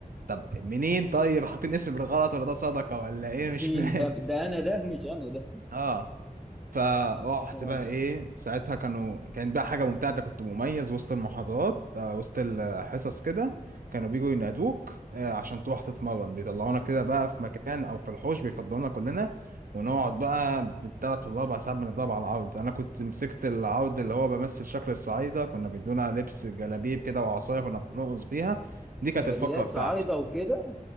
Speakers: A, on the right (about 75°); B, in the centre.
A: طب منين طيب حاطين اسمي بالغلط ولا ده صدقه ولا ايه
B: مين
A: مش فاهم
B: ده ده انا ده مش انا ده
A: اه فروحت
B: فاهم.
A: بقى ايه ساعتها كانوا كانت بقى حاجه ممتعه أنت كنت مميز وسط المحاضرات آه، وسط الحصص كده كانوا بيجوا ينادوك آه، عشان تروح تتمرن بيطلعونا كده بقى في مكان او في الحوش بيفضلونا كلنا ونقعد بقى بالثلاث والاربع ساعات بنضرب على العرض انا كنت مسكت العرض اللي هو بمثل شكل الصعايده كنا بيدونا لبس جلابيب كده وعصايه كنا بنرقص بيها دي كانت
B: جلابيات
A: الفقره بتاعتي
B: صعايده وكده